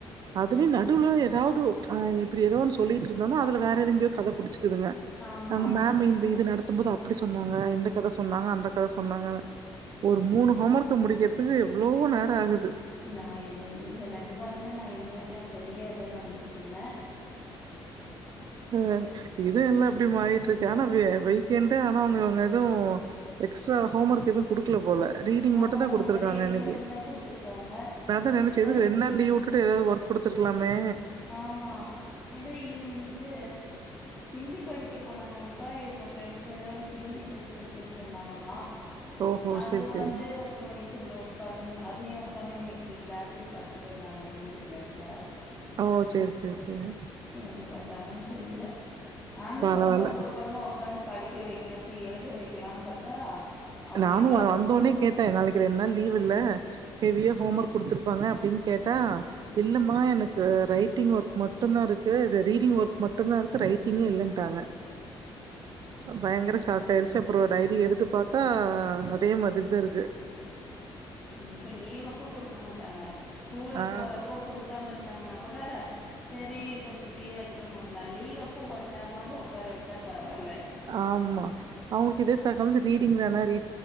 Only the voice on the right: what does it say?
அதுலயு
நடுவுல எதாவது ஆ இப்டி எதோ ஒன்று சொல்லிட் இருந்தோன்னா அதுல வேற எதுங்கயோ கத புடுச்சுக்குதுங்க
அங்க மேம் இந்த இது நடத்தும்போது அப்புடி சொன்னாங்க இந்த கத சொன்னாங்க அந்த கத சொன்னாங்கனு ஒரு
மூணு ஹோமர்க்க முடிக்கிறதுக்கு எவ்ளோ நேரோ ஆகுது
அ இது எல்லா
அப்டி மாறிட்ருக்கு ஆனா வி வைக்கண்டு ஆனா அவங்கவங்க எது எக்ஸ்ட்ரா ஹோம்வொர்க் எது குடுக்கல போல ரீடிங்
மட்டுந்தா
குடுத்துருக்காங்க
அன்னைக்கு
அதா நெனச்ச
எதுக்கு ரெண்டு நாள் லீவுட் டு எதாவுது வொர்க் குடுத்துருக்கலாமே
ஓஹோ
செரி
செரி
ஓ செரி செரி செரி
பரவால்ல
நானு
வந்தொன்ன
கேட்ட நாளைக்கு ரெண்டு நாள் லீவ்வுல்ல ஹெவியா ஹோம் ஒர்க் குடுத்துருப்பாங்க அப்டின்னு கே கேட்டா
இல்லமா எனக் ரைட்டிங் ஒர்க் மட்டுந்தா இருக்கு ரீடிங் ஒர்க் மட்டும்தா இருக்குது ரைட்டிங்கே இல்லன்ட்டாங்க
பயங்கர ஷாக் ஆயிருச்சு அப்பரோ
டைரி எடுத்து பாத்தா அதே மாதிரிதா இருக்கு
ஆ
ஆமா அவுங்களுக்கு இதே சாக்காடுன்னு சொல்லி ரீடிங் வேனா ரீ